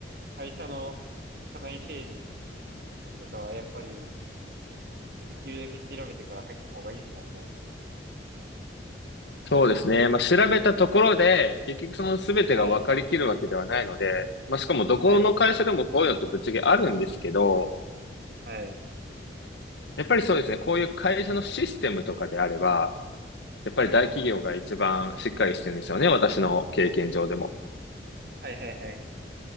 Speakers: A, on the right; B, on the left.
A: 会社の社内政治とかは、やっぱり、できるだけ調べてから入った方がいいですもんね。
B: そうですね。まあ、調べたところで、結局その全てが分かりきるわけではないので、
A: はい。
B: まあ、しかもどこの会社でもこういうのってぶっちゃけあるんですけど、
A: はい。はい。
B: やっぱりそうですね、こういう会社のシステムとかであれば、やっぱり大企業が一番しっかりしてるんですよね、
A: はい。
B: 私の経験上でも。
A: はい。はい。はい。